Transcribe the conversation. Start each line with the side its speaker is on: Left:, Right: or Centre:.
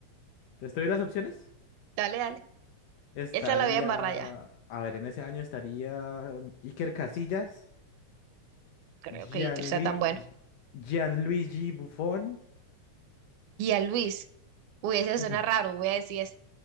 Left: Entonces, ¿te doy las opciones?
Right: Dale, dale.
Left: Estaría,
Right: Esa la voy a embarrar ya.
Left: a ver, en ese año estaría mm, Iker Casillas,
Right: Creo
Left: Gianlui-
Right: que Iker sea tan bueno.
Left: Gi- Gianluigi Buffon,
Right: Luis Uy, ese
Left: <laughs>
Right: suena
Left: Gi-
Right: raro. Voy a decir ese.